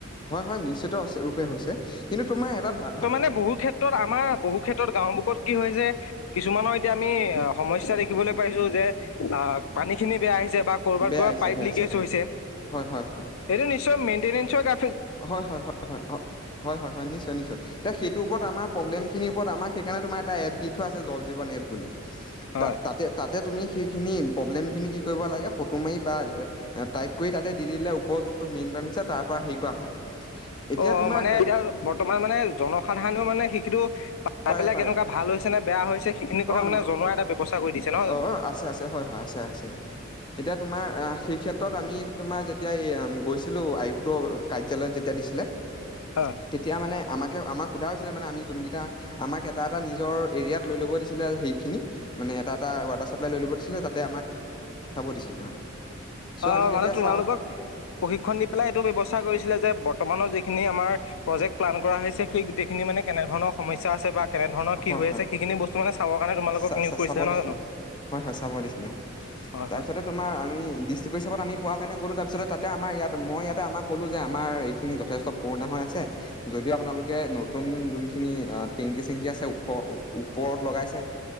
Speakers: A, on the left; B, on the left.
A: হয় হয় নিশ্চিত ৰূপে হৈছে, কিন্তু তোমাৰ এটা ধা
B: মানে বহু ক্ষেত্ৰত ক্ষেত্ৰত আমাৰ বহু ক্ষেত্ৰত গাঁও বুত কি হয় যে কিছুমানৰ এতিয়া আমি সমস্যা দেখিবলৈ পাইছো যে আহ পানী খিনি বেয়া আহিছে বা ক'ৰবাত
A: বেয়া
B: ধৰা
A: আহিছে
B: পাইপ
A: বেয়া
B: লিকেজ
A: আহিছে
B: হৈছে
A: হয় হয় হয়।
B: এইটো নিশ্চয় মেইটেনেঞ্চৰা
A: হয় হয় হয় হয় হয় হয় হয় নিশ্চয় নিশ্চয় এতিয়া সেইটোৰ ওপৰত আমাৰ প্ৰব্লেম খিনিৰ ওপৰত আমাক সেইকাৰণে তোমাৰ এটা এপ দি থোৱা আছে জল জীৱন এপ বুলি
B: হয়
A: তাত তাতে তাতে তুমি সেইখিনি প্ৰব্লেম খিনি কি কৰিব লাগে ফটো মাৰি বা টাইপ কৰি তাতে দি দিলে ওপৰৰ যোনটো মেইন বানিছে তাৰ পৰা হেৰি কৰা হয় এতিয়া
B: অ
A: তোমাৰ
B: মানে এতিয়া বৰ্তমান মানে জনসাধাৰণেও মানে শিখিটো পাই
A: পাৰে
B: পেলাই
A: পাৰে
B: কেনেকুৱা ভাল হৈছে নে বেয়া হৈছে সেইখিনি কথা
A: অ
B: মানে জনোৱাৰ এটা ব্যৱস্থা কৰি দিছে নহয় জানো
A: অ অ আছে আছে হয় হয় আছে আছে। এতিয়া তোমাৰ সেই ক্ষেত্ৰত আমি তোমাৰ যেতিয়া এই গৈছিলোঁ আয়ুক্ত কাৰ্যালয়ত যেতিয়া দিছিলে
B: অ'।
A: তেতিয়া মানে আমাকে আমাক সোধা হৈছিলে মানে আমি যোনকেইটা আমাক এটা এটা নিজৰ এৰিয়াত লৈ ল'ব দি ছিলে সেইখিনি মান চাপ ল ল দিছিলে ততে দিছে মানে <inaudible>
B: অ'
A: আমি
B: মানে
A: তেতিয়া
B: তোমালোকক
A: চাওঁ
B: প্ৰশিক্ষণ দি পেলাই এইটো ব্য্ৱস্থা কৰিছিলে যে বৰ্তমানৰ যিখিনি আমাৰ প্ৰজেক্ট প্লান কৰা হৈছে সেই গোটেইখিনি মানে কেনেধৰণৰ সমস্যা আছে বা কেনেধৰণৰ কি
A: হয়
B: হৈ
A: হয়
B: আছে সেইখিনি বস্তু মান চৰ কাৰণে তোমোকক
A: চা
B: নিয়োগ
A: চা
B: কৰিছিলে
A: চাব
B: নহ
A: দিছিলে
B: জানো?
A: হয় হয় চাব দিছিলো, অ'
B: হয়
A: তাৰপিছতে
B: হয়।
A: তোমাৰম ডিষ্ট্ৰিক্ট হিচাপ আম পোৱাৰ কাৰণে গ'লো তাৰিছতো আমাৰ ইয়াত মই ইয়াতে আমাক ক'লো যে আমাৰ এইখিনি যথষ্ট পুৰণা হৈ আছে যদিও আপোনালোকে নতুন যোনখিনি টেংকি চেংকি আছে ওখ ওপৰত লগাইছে